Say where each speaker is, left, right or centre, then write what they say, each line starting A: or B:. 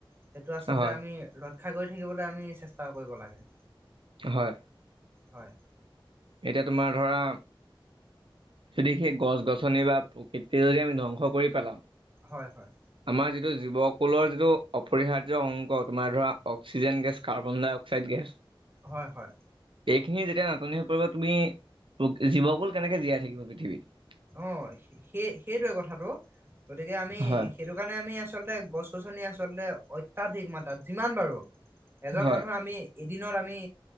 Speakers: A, on the right (about 25°); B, on the right (about 70°).
A: সেইটো আচলতে
B: হয়
A: আমি ৰ শিক্ষা কৰি থাকিবলৈ আমি চেষ্টা কৰিব লাগে।
B: হয়।
A: হয়।
B: এতিয়া তোমাৰ ধৰা, যদি সেই গছ গছনি বা প্ৰকৃতিয় যদি আমি ধ্বংস কৰি পেলাও?
A: হয় হয়
B: আমাৰ যিটো জীৱকুলৰ যিটো। অপৰিহাৰ্য অংক তোমাৰ ধৰা oxygen gas, carbon dioxide gas.
A: হয়-হয়।
B: এইখিনি যেতিয়া নাটনি হৈ পৰিব তুমি জীৱকুল কেনেকে জীয়াই থাকিব পৃথিৱীত?
A: অ সে সেই সেইটোৱে কথাটো, গতিকে আমি
B: হয়
A: সেইটো কাৰণে আমি আচলতে গছ। গছনি আচলতে অত্যাধিক মাত্ৰাত যিমান বাৰু। এজন
B: হয়
A: মানুহ আমি, এদিনত আমি।